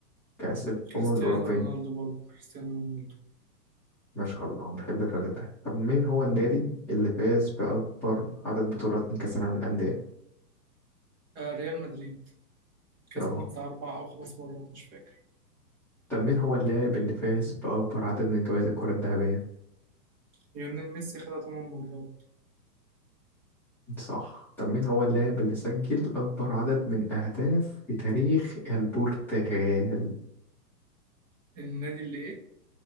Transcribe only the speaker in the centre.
كأس الأمم
الأوروبية
ما شاء الله بحب الراجل ده طب مين هو النادي اللي فاز بأكبر عدد بطولات من كأس العالم للأندية
أهو
طب مين هو اللاعب اللي فاز بأكبر عدد من جوائز الكرة الذهبية
صح طب مين هو اللاعب اللي سجل أكبر عدد من أهداف في تاريخ البرتغال